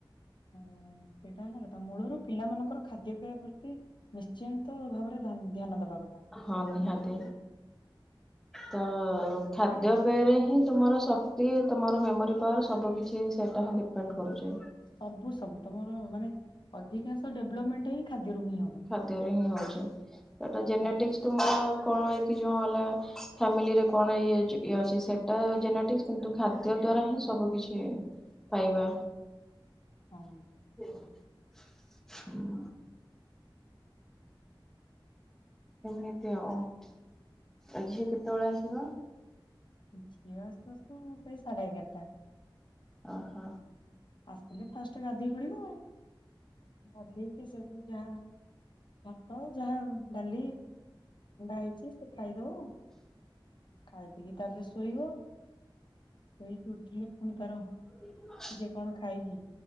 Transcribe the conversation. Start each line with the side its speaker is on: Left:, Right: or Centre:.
Left: ଓ ସେଇଟା ହେଲାର ତା ମୂଳରୁ ପିଲାମାନଙ୍କର ଖାଦ୍ୟ ପେୟ ପ୍ରତି ନିଶ୍ଚିନ୍ତ ଭାବରେ ଧ୍ୟା ଧ୍ୟାନ ଦବା କଥା।
Centre: ହଁ ନିହାତି। ତ ଖାଦ୍ୟପେୟରେ ହିଁ ତୁମର ଶକ୍ତି ତୁମର ମେମୋରି ପାୱାର ସବୁ କିଛି ସେଇଟା ହିଁ ଡିପେଣ୍ଡ <unintelligible> ଡିପେଣ୍ଡ କରୁଛି।
Left: ସବୁ ସବୁ ତମର ମାନେ ଅଧିକାଂଶ ଡେଭଲପମେଣ୍ଟ ହିଁ ଖାଦ୍ୟରୁ ହିଁ ହବ।
Centre: ଖାଦ୍ୟରେ ହିଁ ହଉଛି। ସେଇଟା ଜେନେଟିକ୍ସ
Left: ଆ
Centre: ତୁମର କଣ ଏଇକି ଯୋଉଁ ହେଲା ଫ୍ୟାମିଲିରେ କଣ ଇଏ ଇଏ ଅଛି ସେଟା ସେଟା ଜେନେଟିକସ କିନ୍ତୁ ଖାଦ୍ୟ ଦ୍ଵାରା ହିଁ ସବୁ କିଛି ପାଇବା।
Left: ହଁ
Centre: <unintelligible> ହୁଁ ଏମିତି ଆଉ ଆ ଝିଅ କେତେବେଳେ ଆସିବ?
Left: ଝିଅ ଆସୁ ସେଇ ସାଢେ ଏଗାରଟା।
Centre: ଅହ
Left: ଆସିଥିଲେ ଫାଷ୍ଟ ଗାଧେଇ ପଡିବ। ସେହିଠୁ ଯାହା ଭାତ ଯାହା ଡାଲି ଅଣ୍ଡା ହେଇଛି ସେ ଖାଇଦବ। ଖାଇଦେଇକି ତାପରେ ଶୋଇବ ଶୋଇକି ଉଠିଲେ ପୁଣି ତାର
Centre: <unintelligible>
Left: ଟିକେ କଣ ଖାଇକି